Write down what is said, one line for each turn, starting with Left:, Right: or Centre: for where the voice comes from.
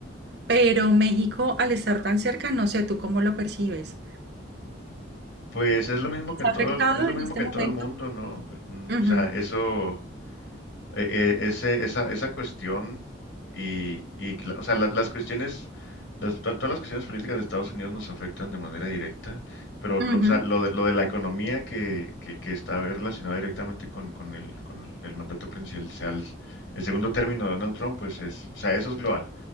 Right: Pero México, al estar tan cerca, no sé, ¿tú cómo lo percibes?
Left: Pues es lo mismo
Right: está
Left: que en todo,
Right: afectado
Left: es lo
Right: en
Left: mismo
Right: este
Left: que
Right: momento.
Left: en todo el mundo, ¿no? Mm,
Right: Ujú,
Left: O sea, eso, eh, eh, ese- esa, esa cuestión y, y cla- o sea, la- las cuestiones, las- to- todas las cuestiones políticas de Estados Unidos nos afectan de manera directa, pero lo,
Right: ujú,
Left: o sea, lo de, lo de la economía que, que, que está relacionada directamente con, con el, con el el mandato presidencial, el segundo término de Donald Trump, pues es, o sea, eso es global,